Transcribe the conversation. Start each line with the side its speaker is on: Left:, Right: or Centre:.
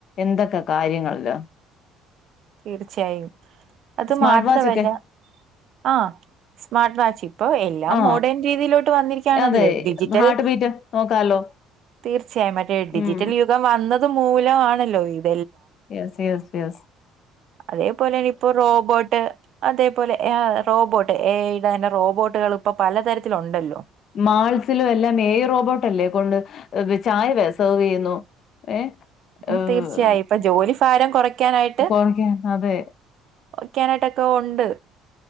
Left: എന്തൊക്കെ കാര്യങ്ങള്ല്
Right: തീർച്ചയായും അത്
Left: സ്മാർട്ട്
Right: മാത്രവല്ല
Left: വാച്ച് ഒക്കെ
Right: ആഹ് സ്മാർട്ട് വാച്ച് ഇപ്പൊ എല്ലാം
Left: ആ
Right: മോഡേൺ രീതിയിലോട്ട് വന്നിരിക്കയാണല്ലോ
Left: അതെ
Right: ഡിജിറ്റൽ
Left: ഹാർട്ട് ബീറ്റ് നോക്കാലോ
Right: തീർച്ചയായും മറ്റേ ഡിജിറ്റൽ
Left: ഉം
Right: യുഗം വന്നത് മൂലാണല്ലോ ഇത്
Left: യസ് യസ് യസ്
Right: അതേപോലെ ഇപ്പോ റോബോട്ട് അതേപോലെ അഹ് റോ റോബോട്ട് എ ഐ ഈ പറഞ്ഞ റോബോട്ടുകള് ഇപ്പൊ പലതരത്തിലൊണ്ടല്ലോ
Left: മാൾസിലും എല്ലാം എ ഐ റോബോട്ടല്ലേ കൊണ്ട് ഏഹ് വെ ചായ വെ സെർവെയ്യുന്നു ഏഹ്
Right: ഉം
Left: ഏഹ്
Right: തീർച്ചയായും ഇപ്പൊ ജോലി ഫാരം കൊറയ്ക്കാനായിട്ട്
Left: കുറയ്ക്കാൻ അതെ
Right: ഒക്കാനായിട്ടൊക്കെ ഉണ്ട്